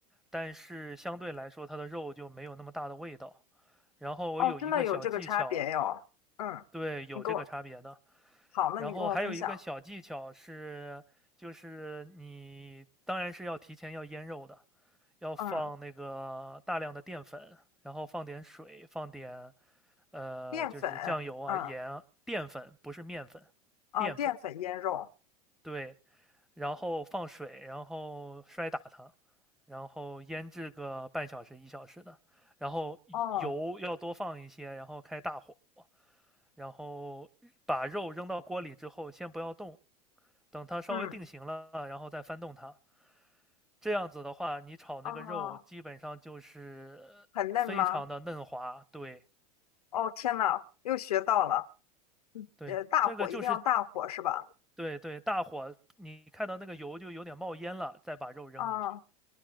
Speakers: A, in the centre; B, on the left.
A: 但是相对来说它的肉就没有那么大的味道。然后我有一个小技巧，
B: 哦，真的有这个差别哟，嗯，
A: 对，有这个差别的。
B: 你给我，好，那你跟我分享。
A: 然后还有一个小技巧是，就是你当然是要提前要腌肉的，要放那个大量的淀粉，
B: 嗯。
A: 然后放点水，放点呃就是酱油啊、
B: 淀粉，嗯，
A: 盐啊淀粉，不是面粉，
B: 哦，
A: 淀粉
B: 淀粉腌肉，
A: 对，然后放水，然后摔打它，然后腌制个半小时一小时的，然后油要多放一些，
B: 哦，
A: 然后开大火，然后把肉扔到锅里之后，先不要动，等它稍微定型了，
B: 嗯，
A: 然后再翻动它。这样子的话，你炒那个肉基本上就是非常的嫩滑。
B: 哦，很嫩吗？
A: 对
B: 哦，天呐，又学到了，嗯呃，
A: 对，
B: 大火一定要大火是吧？
A: 这个就是对对，大火你看到那个油就有点冒烟了，再把肉扔进去。
B: 哦，